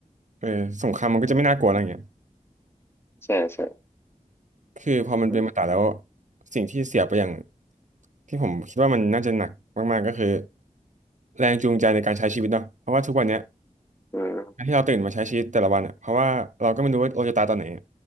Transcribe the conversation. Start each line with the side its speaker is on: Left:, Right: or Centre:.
Right: เออสงครามมันก็จะไม่น่ากลัวอะไรอย่างเงี้ย
Left: ใช่ใช่
Right: คือพอมันเป็นมาตราแล้ว
Left: อืม
Right: สิ่งที่เสียไปอย่างที่ผมคิดว่ามันน่าจะหนักมากๆก็คือแรงจูงใจในการใช้ชีวิตเนาะเพราะว่าทุกวันเนี้ย
Left: อืม
Right: การที่เราตื่นมาใช้ชีวิตแต่ละวันอ่ะเพราะว่าเราก็ไม่รู้ว่าเราจะตายตอนไหนอะ